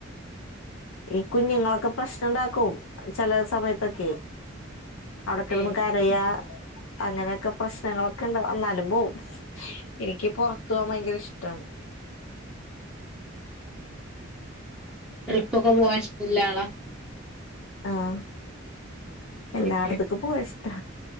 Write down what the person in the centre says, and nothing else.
ഏഹ്
ട്രിപ്പ് ഒക്കെ പോവൻ ഇഷ്ട്ടല്ലാള
ഏഹ്